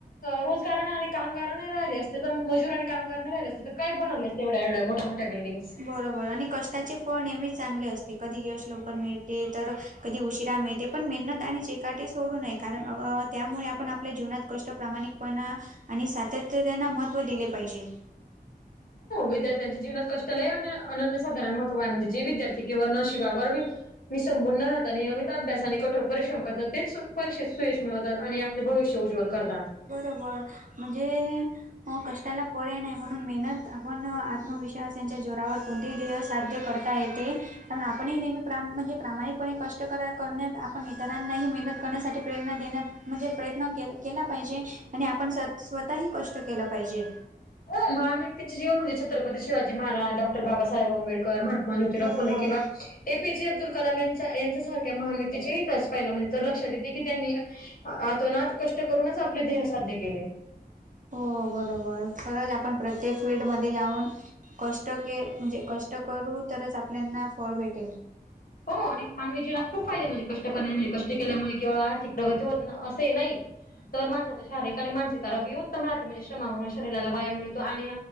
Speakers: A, on the left; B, on the right.
A: रोजगार आणि कामगार नाही राहिले असते तर मजूर आणि कामगार नाही राहिले असते तर काय बनवले असते एवढ्या एवढ्या मोठ्या मोठ्या बिल्डिंग्स
B: बरोबर आणि कष्टाचे फळ नेहमीच चांगले असते कधी यश लवकर मिळते तर कधी उशिरा मिळते पण मेहनत आणि चिकाटी सोडू नये कारण अ त्यामुळे आपण आपल्या जीवनात कष्ट प्रामाणिक पन आणि सातत्य त्यांना महत्त्व दिले पाहिजे
A: विद्यार्थ्यांच्या जीवनात कष्टाला अन्य अनन्य साधारण महत्व आहे म्हणजे जे विद्यार्थी केवळ नशिबावर वीसंबून न राहत नियमित अभ्यास आणि कठोर परिश्रम करतात तेच परीक्षेत सुयश मिळवतात आणि आप ते भविष्य उज्ज्वंल करतांत
B: बरोबर म्हणजे अं कष्टांला पर्याय नाहीं म्हणूंन मेहनत आपणं आत्मविश्वास यांच्या जोरांवर कोणंतेही ध्येय सांध्य करतं तां येते कारण आपणही नेहमी म्हणजे प्रामाणिकपणे कष्टं करण्यांत आपणं इतरांनाही मेहनतं करण्यांसाठी प्रेरणा देण्यांत म्हणजे प्रयत्नं केलं केलां पाहिजे आणि आपणं स्वंतःही कष्टं केलं पाहिजे
A: हो महांनव्यक्तीचे जीवन म्हणजे छत्रपती शिवाजी महारांज डॉक्टर बाबांसाहेब आंबेड करं महात्मा ज्योतिरांव
B: बरोबर
A: फुलें किंवा ये पी जे अब्दुल कलाम यांचा यांच्यासांरख्या महांन व्यक्तीच्या इतिहास पाहिला म्हणजे तरं लक्षांत येते की त्यांनी आतोनात कष्टं करूंनचं आपले ध्येंय सांध्य केले
B: हो बरोबर खरंच आपणं प्रत्येक फिल्डमध्यें जाऊंन कष्टं के म्हणजे कष्टं कष्टं करूं तरचं आपल्यांना फळं भेटेल
A: हो आणि मानवी जीवनांत खूंप फायदे म्हणजे कष्टं करण्यांचे म्हणजे कष्टं केल्यांमुळे केवळ आर्थिक प्रगती होतं असे नाहीं तर माणसाचे शारीरिक आणि मानसिक आरोग्यंही उत्तम राहते म्हणजे श्रमांमुळे शरीराला व्यांयाम मिळतो आणि